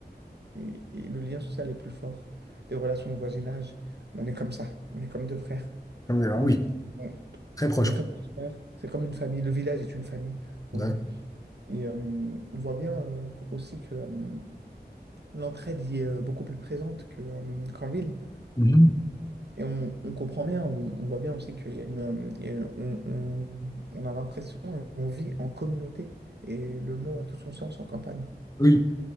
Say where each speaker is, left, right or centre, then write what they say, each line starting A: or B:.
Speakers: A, on the right; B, on the left.
A: et- et le lien social est plus fort. Les relations de voisinage, on est comme ça, on est comme deux frères,
B: Ah
A: on,
B: Oui,
A: on-
B: très proche
A: on est
B: quoi.
A: comme deux frères, c'est comme une famille, le village est une famille pour
B: D'accord.
A: nous. Et euh, on voit bien euh, aussi que euh, l'entraide y est euh, beaucoup plus présente que, euh, qu'en ville.
B: Mhm.
A: Et on, on comprend bien, on, on voit bien aussi qu'il y a une, euh, et on, on- on a l'impression, on vit en communauté. Et le mot a tout son sens en campagne.
B: Oui.